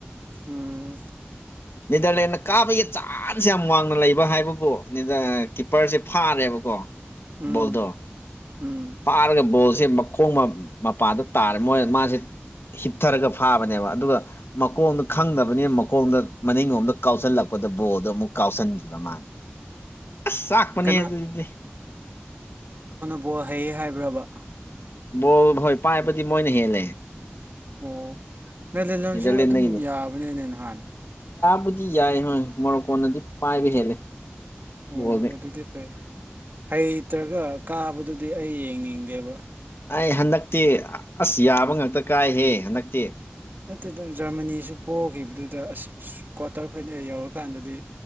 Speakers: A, on the right (about 55°); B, on the left (about 75°).
A: ꯎꯝ
B: ꯅꯦꯗꯔꯂꯦꯟꯗ ꯀꯥꯕꯒꯤ ꯆꯥꯟꯁ ꯌꯥꯝ ꯋꯥꯡꯅ ꯂꯩꯕ ꯍꯥꯏꯕꯕꯨ ꯀꯤꯞꯄꯔꯁꯦ ꯐꯥꯔꯦꯕ ꯀꯣꯣꯗ
A: ꯎꯝ ꯎꯝ
B: ꯄꯥꯔꯒ ꯕꯣꯜꯁꯦ ꯃꯈꯣꯡ ꯃꯄꯥꯥꯟꯗ ꯇꯥꯔꯦ ꯃꯣꯏ ꯃꯥꯁꯦ ꯍꯤꯞꯊꯔꯒ ꯐꯥꯕꯅꯦꯕ ꯑꯗꯨꯒ ꯃꯀꯣꯡꯗ ꯈꯪꯗꯕꯅꯤꯅ ꯃꯈꯀꯣꯡꯗ ꯃꯅꯤꯡꯂꯣꯝꯗ ꯀꯥꯎꯁꯤꯜꯂꯛꯄ ꯗ ꯕꯣꯜꯗꯣ ꯑꯃꯨꯛ ꯀꯥꯎꯁꯤꯟꯈꯤꯕ ꯃꯥꯅ ꯑꯁ ꯆꯥꯛꯄꯅꯦ
A: ꯀꯅꯥ
B: ꯑꯗꯨꯗꯤ
A: ꯐꯨꯠꯕꯣꯜ ꯍꯩꯌꯦ ꯍꯥꯏꯕ꯭ꯔꯕ
B: ꯕꯣꯜ ꯍꯣꯏ ꯄꯥꯏꯕꯗꯤ ꯃꯣꯏꯅ ꯍꯦꯜꯂꯦ
A: ꯑꯣ ꯅ ꯂꯤ ꯂꯁꯨ
B: ꯅꯦꯗꯔꯂꯦꯟꯗꯒꯤꯅꯦ
A: ꯑꯗꯨꯝ ꯌꯥꯕꯅꯦꯅꯦ ꯅꯍꯥꯟ
B: ꯕꯨꯗꯤ ꯌꯥꯏ ꯍꯣꯏ ꯃꯔꯣꯔꯣꯛ ꯀꯣꯟꯅꯗꯤ ꯄꯥꯏꯕ ꯍꯦꯜꯂꯦ
A: ꯑꯣ
B: ꯕꯣꯜꯗꯤ
A: ꯑꯗꯨꯗꯤ ꯐꯩ ꯍꯩꯇ꯭ꯔꯒ ꯀꯥꯕꯗꯨꯗꯤ ꯑꯩ ꯌꯦꯡꯅꯤꯡꯗꯦꯕ
B: ꯑꯩ ꯍꯟꯗꯛꯇꯤ ꯑꯁ ꯌꯥꯕ ꯉꯥꯛꯇ ꯀꯥꯏꯍꯦ ꯍꯟꯗꯛꯇꯤ
A: ꯅꯠꯇꯗꯅ ꯖꯔꯃꯅꯤꯁꯨ ꯄꯣꯛꯈꯤꯕꯗꯨꯗ ꯑꯁ ꯀ꯭ꯋꯥꯇꯔ ꯐꯥꯏꯅꯦꯜ ꯌꯧꯔꯀꯥꯟꯗꯗꯤ